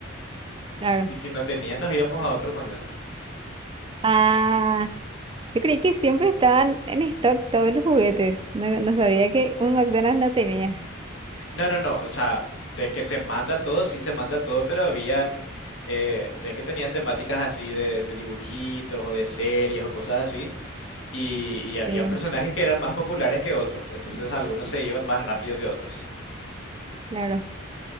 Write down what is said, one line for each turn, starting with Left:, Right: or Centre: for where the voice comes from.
Right: Claro.
Left: Y si no tenían, nos íbamos a otro McDonald's.
Right: Ah, yo creí que siempre estaban en stock todos los juguetes. No, no sabía que un McDonald's no tenía.
Left: No, no, no. O sea, de que se manda todo, sí se manda todo, pero habían, eh, ves que tenían temáticas así de, de dibujitos o de series o cosas así. Y, y habían
Right: Sí,
Left: personajes que eran más populares que otros. Entonces algunos se iban más rápido que otros.
Right: claro.